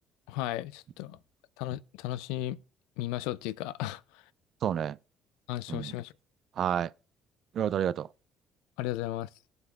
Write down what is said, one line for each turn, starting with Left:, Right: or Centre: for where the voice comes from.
Left: はい、
Right: うん
Left: ちょっと、楽、楽しみましょうっていうか、<laughs>
Right: そうね。
Left: 鑑賞しましょう。
Right: うん。はい。いろいろとありがとう。
Left: ありがとうございます。